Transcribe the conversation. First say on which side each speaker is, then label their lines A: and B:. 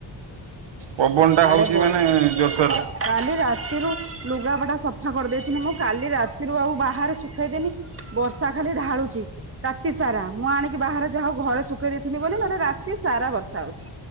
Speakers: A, on the right; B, on the right.
A: ପବନଟା ହେଉଛି
B: ଆଡେ ବର୍ଷା
A: ମାନେ ଜୋରସୋରରେ।
B: କାଲି ରାତିରୁ ଲୁଗାପଟା ସଫା କରିଦେଇଥିଲି ମୁଁ କାଲି ରାତିରୁ ଆଉ ବାହାରେ ଶୁଖେଇଦେନି। ବର୍ଷା ଖାଲି ଢାଳୁଛି। ରାତି ସାରା ମୁଁ ଆଣିକି ବାହାରେ ଯାହା ହଉ ଘରେ ଶୁଖେଇ ଦେଇଥିନି ବୋଲି ନହେଲେ ରାତି ସାରା ବର୍ଷା ହଉଛି।